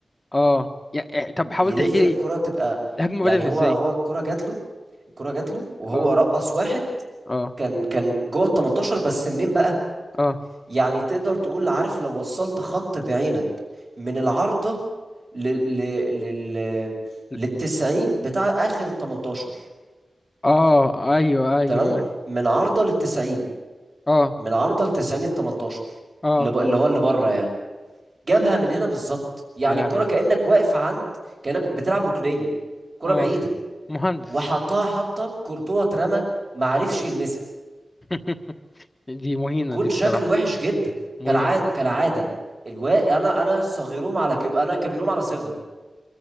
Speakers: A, on the left; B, on the right.
A: اه يعني طب حاول
B: يلف
A: تحكي لي
B: الكرة تبقى
A: الهجمة
B: يعني
A: بدأت ازاي
B: هو هو الكرة جات له الكرة جات له وهو
A: اه
B: رقص واحد
A: اه
B: كان كان جوه ال 18 بس منين بقى
A: اه
B: يعني تقدر تقول عارف لو وصلت خط بعينك من العارضة لل لل لل
A: ل-
B: للتسعين بتاع آخر ال 18
A: اه ايوه ايوه
B: تمام
A: ايوه
B: من عارضة للتسعين
A: اه
B: من عارضة للتسعين ال 18
A: اه
B: اللي ب- اللي
A: اه
B: هو اللي بره يعني جابها من هنا بالظبط يعني
A: يا لهوي
B: الكرة كأنك واقف عند كأنك بتلعب ركنية كرة
A: اه
B: بعيدة
A: مهندس
B: وحطها حطة كورتوا اترمى ما عرفش يلمسها
A: <laughs> دي مهينة
B: جون
A: دي
B: شكله
A: بصراحة
B: وحش جدا
A: مهينة
B: كالعاده كالعاده الوا... انا انا صغيرهم على كب... انا كبيرهم على صغري